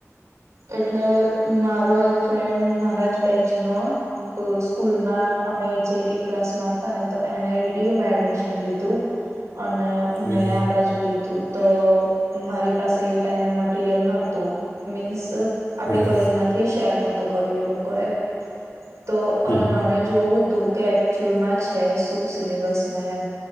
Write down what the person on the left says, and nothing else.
હમ
હમ
હમ